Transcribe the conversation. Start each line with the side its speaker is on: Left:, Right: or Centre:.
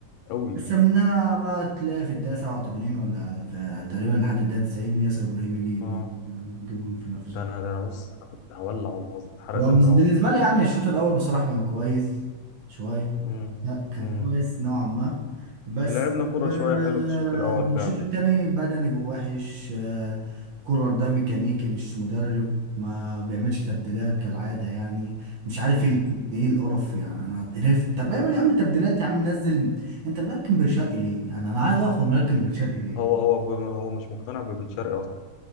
Left: قوي
Right: قسمناها بقى تلاقي في الدقيقة 87 ولا في تقريبا لحد الدقيقة 90 ياسر إبراهيم يجي جون
Left: اه
Right: يجيب جون في نفسه
Left: ده انا ده انا بص انا كنت هولع والله العظيم اتحرق
Right: هو
Left: دمي
Right: بص- بالنسبة
Left: قوي والله
Right: لي يعني الشوط الأول بصراحة كان كويس شوية
Left: امم
Right: لا كان
Left: امم
Right: كويس نوعا ما بس
Left: لعبنا كرة
Right: آه،
Left: شوية حلو في الشوط الاول
Right: الشوط
Left: فعلا
Right: التاني بدني جوه وحش آه، كولر ده ميكانيكي مش مدرب ما بيعملش تبديلات كالعادة يعني مش عارف
Left: امم
Right: ايه ال- ايه القرف يعني انا قرفت طب اعمل يا عم تبديلات يا عم نزل انت ملكم بن شرقي ليه؟ يعني انا عايز افهم ملكم بن شرقي ليه؟
Left: هو هو هو مش مقتنع ببن شرقي